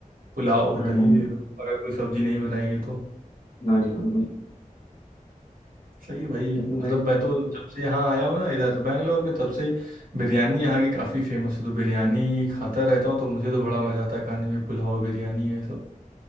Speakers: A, on the right; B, on the left.
A: पुलाव हो
B: हम्म
A: दही ले लो अगर कोई सब्जी नहीं बनाएंगे तो
B: बढ़िया बढ़िया
A: सही है भाई
B: चलो भाई
A: मतलब मैं तो जब से यहाँ आया हूँ ना इधर बैंगलोर में तब से बिरयानी यहाँ की काफ़ी फेमस है तो बिरयानी खाता रहता हूँ तो मुझे तो बड़ा मज़ा आता है खाने में पुलाव बिरयानी ये सब